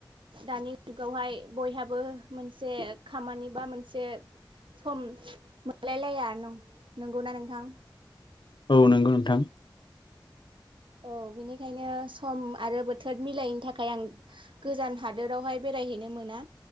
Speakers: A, on the right; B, on the left.
A: दानि जुगावहाय बयहाबो मोनसे खामानि बा मोनसे सम मोनलायलाया नं नोंगौना नोंथां?
B: औ नोंगौ नोंथां।
A: औ बिनिखायनो सम आरो बोथोद मिलायैनि थाखाय आं गोजान हादोरावहाय बेरायहैनो मोना।